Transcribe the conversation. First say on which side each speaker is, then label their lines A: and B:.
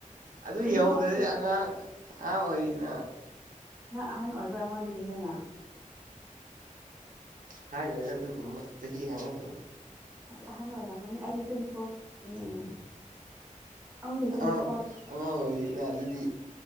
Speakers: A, on the right (about 80°); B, on the right (about 15°).
A: ꯑꯗꯨ
B: ꯇ꯭ꯋꯦꯟꯇꯤ
A: ꯌꯧꯗ꯭ꯔꯗꯤ
B: ꯐꯣꯔꯁꯨ
A: ꯑꯉꯥꯡ ꯑꯉꯥꯡ ꯑꯣꯏꯔꯤꯅ
B: ꯅꯪ ꯑꯍꯟ ꯑꯣꯏꯕ꯭ꯔꯥ ꯑꯩꯉꯣꯟꯗꯒꯤ ꯍꯦꯟꯅ
A: ꯍꯥꯏꯔꯣꯏꯗ ꯑꯗꯨꯒꯨꯝꯕ ꯆꯍꯤ ꯍꯥꯡꯉꯛꯀꯅꯤ
B: ꯑꯁ ꯑꯍꯟ ꯑꯣꯏꯔꯝꯃꯅꯤ ꯑꯩꯗꯤ ꯇ꯭ꯋꯦꯟꯇꯤ ꯐꯣꯔ ꯈꯇꯪꯅꯤ ꯑꯪꯂꯤ ꯇ꯭ꯋꯦꯟꯇꯤ
A: ꯑ ꯑꯉꯥꯡ ꯑꯣꯏꯔꯤꯅ ꯑꯗꯨꯗꯤ